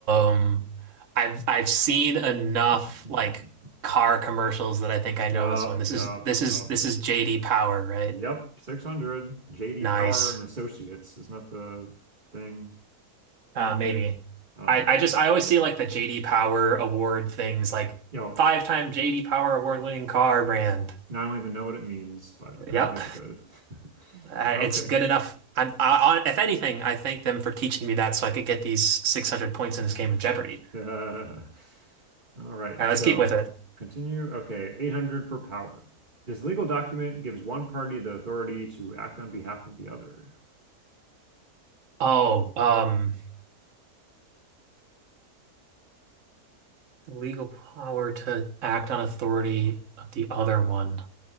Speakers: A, on the right (about 55°); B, on the right (about 30°).
A: um, I've I've seen enough
B: <laughs>
A: like car commercials that I think I
B: Yup,
A: know this one. This
B: yup,
A: is this is
B: yup,
A: this is JD Power, right?
B: yep. 600. JD
A: Nice.
B: Power and Associates. Isn't that the thing?
A: Uh,
B: Gee,
A: maybe.
B: I don't
A: I
B: know.
A: I just I always see like the JD Power award things like
B: yo,
A: five-time JD Power award-winning car brand.
B: I don't even know what it means, but apparently
A: Yep.
B: it's good. <laughs>
A: Uh,
B: Okay.
A: it's good enough. I'm I, I, if anything, I thank them for teaching me that so I could get these 600 points in this game of Jeopardy.
B: <laughs> Uh, all right.
A: All
B: So
A: right, let's keep with it.
B: continue. Okay. 800 for power. This legal document gives one party the authority to act on behalf of the other.
A: Oh, um Legal power to act on authority of the other one.